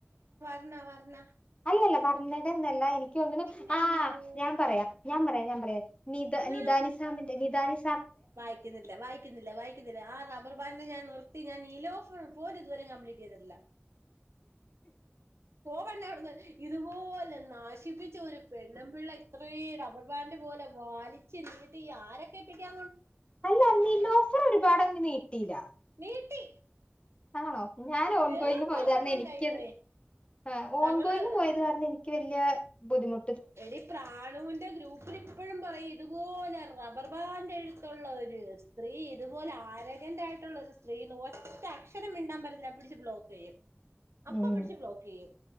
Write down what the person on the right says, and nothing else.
അണ വർന്ന
പിന്നെ
ഏതാവോ
ഞാൻ
വായിക്കുന്നില്ല വായിക്കുന്നില്ല വായിക്കുന്നില്ല ആ ബർബാലെ ഞാൻ നിർത്തി ഞാൻ നീലോഫർ പോലും ഇതുവരെ കംപ്ലീറ്റ് ചെയ്തിട്ടില്ല പോകണ്ട അവിടുന്ന് ഇതുപോലെ നാശിപ്പിച്ച ഒരു പെണ്ണുംപിള്ള ഇത്ര റബ്ബർ ബാൻഡ് പോലെ വാലിച്ച് നീട്ടി ഈ ആരൊക്കെ പറ്റിയ
നീട്ടി
വേറും
റബ്ബർ ബാൻഡായി
പോയേ
ഞങ്ങള്
എടി പ്രാണുവി എന്റെ ഗ്രൂപ്പില് ഇപ്പഴും പറയും ഇതുപോലെ റബ്ബർ ബാൻഡ് എഴ്‌ത്തോള്ള ഒര് സ്ത്രീ ഇതുപോലെ ആരഗന്റായിട്ടുള്ള ഒരു സ്ത്രീന്ന് ഒറ്റ അക്ഷരം മിണ്ടാൻ പറ്റത്തില്ല പിടിച്ച് ബ്ലോക്ക് ചെയ്യും അപ്പ
പിടിച്ച് ബ്ലോക്ക്ക്കെയ്യും